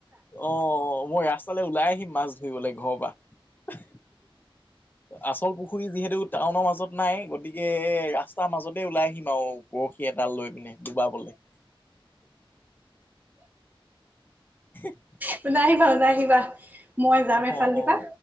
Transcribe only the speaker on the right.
তু নাহি ভাওনা কিবা মই যাম
এফালদিপা